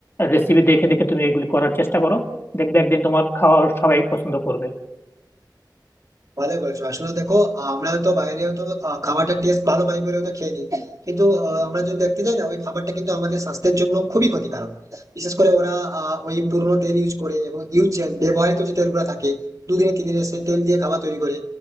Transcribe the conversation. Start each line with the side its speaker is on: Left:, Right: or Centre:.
Left: রেসিপি দেখে দেখে তুমি এগুলি করার চেষ্টা করো দেখবে একদিন তোমার খাওয়া সবাই পছন্দ করবে
Right: ভালো করেছো আসলে দেখো আমরা হয়তো বাইরে হয়তো আহ, খাবারটার টেস্ট ভালো পাই বলে হয়তো খেয়ে নিই কিন্তু আহ, আমরা যদি দেখতে যাই না ওই খাবারটা কিন্তু আমাদের স্বাস্থ্যের জন্য খুবই ক্ষতিকারক বিশেষ করে ওরা আহ, ওই পুরোনো তেল ইউজ করে এবং ইউজ ব্যবহৃত যে তেলগুলো থাকে দুদিনে তিন দিনে সেই তেল দিয়ে খাবার তৈরি করে